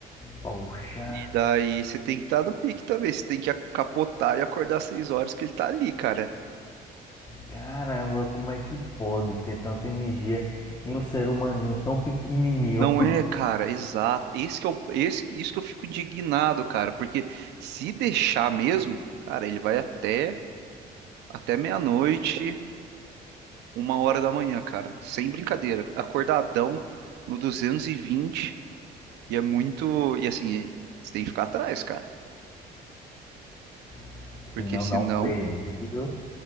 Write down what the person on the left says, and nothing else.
Poxa,
caramba, como é que pode ter tanta energia em um ser humaninho tão pequenininho?
<laughs>
Se não
dá um perdido.